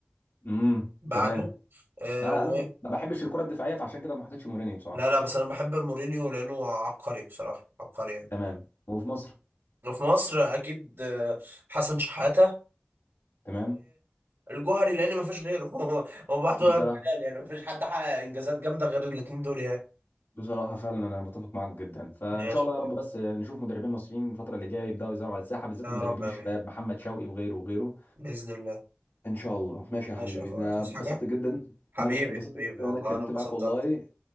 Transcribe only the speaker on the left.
امم
تمام
آه،
انا ما بحبش الكره الدفاعيه فعشان كده ما حطيتش مورينيو بصراحه
تمام وفي مصر
تمام
بصراحه
بصراحة فعلا أنا بتفق معاك جدا فإن
شاء الله يا رب بس نشوف مدربين مصريين الفترة اللي جاية يبدأوا يظهروا على الساحة بالذات
المدربين
الشباب محمد شوقي وغيره وغيره
إن شاء الله ماشي يا
حبيبي
أنا
اتبسطت
جدا
إن أنا اتبسطت
جدا
إن أنا اتكلمت
معاك والله